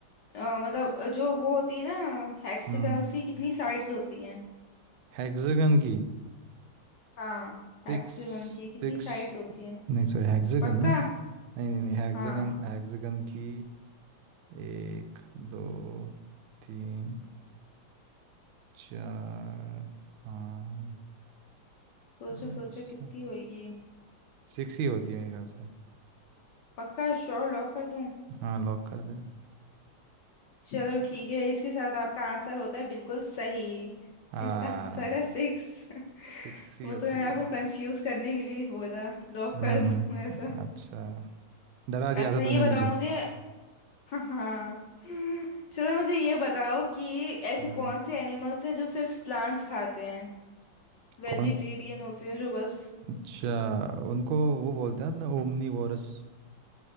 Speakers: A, on the left (about 60°); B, on the right (about 75°).
A: अ, मतलब जो वो होती है ना हेक्सागन
B: हम्म
A: उसकी कितनी साइड्स होती हैं
B: हेक्सागन की
A: हाँ
B: सिक्स
A: हेक्सागन की कितनी
B: सिक्स
A: साइड्स होती हैं
B: नहीं सॉरी हेक्सागन
A: पक्का
B: ना नहीं नहीं नहीं हेक्सागन
A: हाँ
B: हेक्सागन की एक दो तीन चार हाँ
A: सोचो
B: ऐसा
A: सोचो कितनी होगी
B: सिक्स ही होती है मेरे ख्याल से
A: पक्का श्योर लॉक कर दूं
B: हाँ लॉक कर दे
A: चलो ठीक है इसके साथ आपका आंसर होता है बिल्कुल सही
B: हाँ
A: इसका आंसर है सिक्स <laughs>
B: सिक्स ही
A: वो
B: होती
A: तो मैंने
B: है
A: आपको कंफ्यूज करने के लिए बोला लॉक
B: हम्म
A: कर दूं ऐसा
B: अच्छा डरा दिया
A: अच्छा
B: था तूने
A: ये बताओ
B: मुझे
A: मुझे हाँ चलो मुझे ये बताओ कि ऐसे
B: हम्म
A: कौन से एनिमल्स हैं जो सिर्फ प्लांट्स खाते हैं वेजिटेरियन
B: कौन स-
A: होते हैं जो बस
B: अच्छा उनको वो बोलते हैं अपने ओमनी वोरस